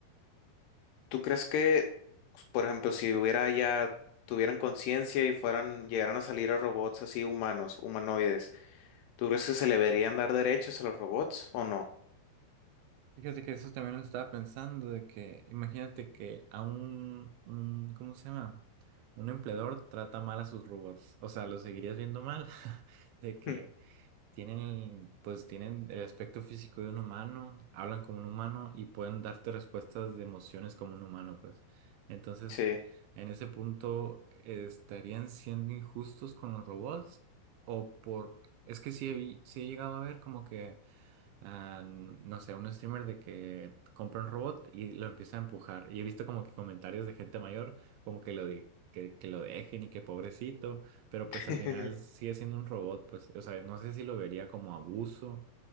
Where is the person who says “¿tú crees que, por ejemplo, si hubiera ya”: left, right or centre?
Left